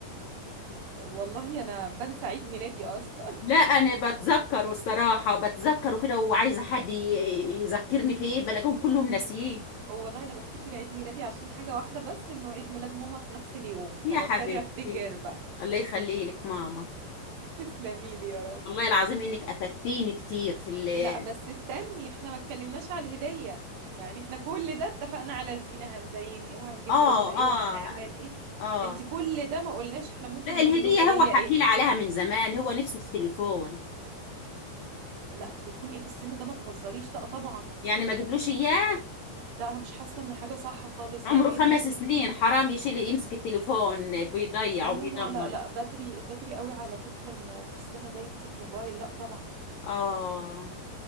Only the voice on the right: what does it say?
والله انا بنسى عيد ميلادي اصلا
<laughs> والله انا بفتكر عيد ميلادي عشان حاجة واحدة بس انه عيد ميلاد ماما في نفس اليوم
فبضطر
افتكر بقى
<laughs> تسلمي لي يا رب
لا بس استني احنا ما اتكلمناش على الهدية يعني احنا كل ده اتفقنا على الزينة هنزين ايه وهنجيب
تورتة ايه
وهنعمل ايه
انت كل ده ما قلناش احنا ممكن
نجيب
له هدية
ايه
لا تليفون ايه في السن ده ما تهزريش لا طبعا
لا انا مش حاسه ان حاجه صح خالص
يعني
ايه اتمسكت
لا
لا لا لا لا بدري بدري قوي على طفل انه في السن ده يمسك موبايل لا طبعا